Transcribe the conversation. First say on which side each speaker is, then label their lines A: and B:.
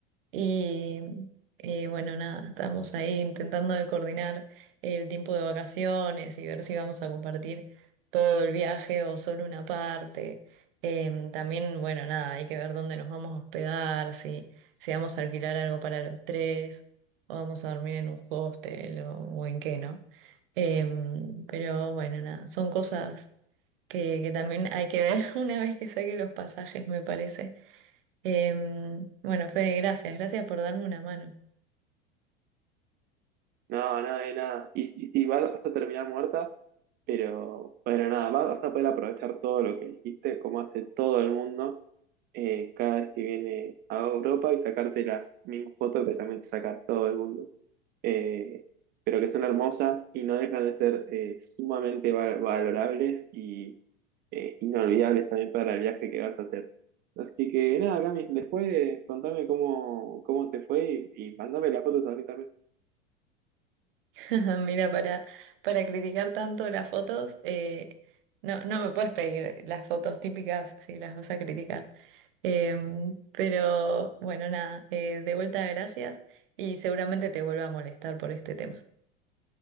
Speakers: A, on the right; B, on the right.
A: Y eh, bueno, nada, estamos ahí intentando de coordinar el tiempo de vacaciones y ver si vamos a compartir todo el viaje o solo una parte. Em, también, bueno, nada, hay que ver dónde nos vamos a hospedar, si, si vamos a alquilar algo para los tres, o vamos a dormir en un hostel o, o en qué, ¿no? Em, pero bueno, nada, son cosas que, que también hay que ver <laughs> una vez que saque los pasajes, me parece. Em, bueno, Fede, gracias, gracias por darme una mano.
B: No, nada de nada. Y, y sí, vas, vas a terminar muerta, pero bueno, nada, vas vas a poder aprovechar todo lo que hiciste, como hace todo el mundo eh, cada vez que viene a Europa y sacarte las mismas fotos que también te saca todo el mundo. eh, pero que son hermosas y no dejan de ser eh, sumamente va- valorables y eh, inolvidables también para el viaje que vas a hacer. Así que nada, Cami, después contame cómo, cómo te fue y, y mandame las fotos a mí también.
A: <laughs> Mira, para, para criticar tanto las fotos, eh, no, no me puedes pedir las fotos típicas si las vas a criticar. Em, pero bueno, nada, eh, de vuelta gracias y seguramente te vuelva a molestar por este tema.